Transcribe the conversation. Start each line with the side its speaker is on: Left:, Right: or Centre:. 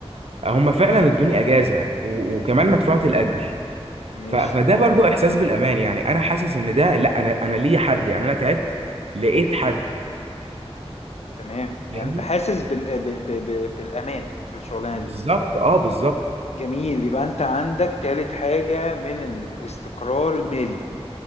Right: هم فعلا
Left: ماشي
Right: ادوني اجازه و- وكمان مدفوعه الاجر
Left: ماشي
Right: ف- فده برضو احساس بالامان يعني انا حاسس ان ده لا انا انا ليا حد يعني انا تعبت لقيت حد
Left: تمام،
Right: فاهمني؟
Left: يعني أنت حاسس بال ب ب ب بالأمان في الشغلانة
Right: بالظبط
Left: دي،
Right: اه بالظبط
Left: جميل، يبقى أنت عندك تالت حاجة من الاستقرار المالي.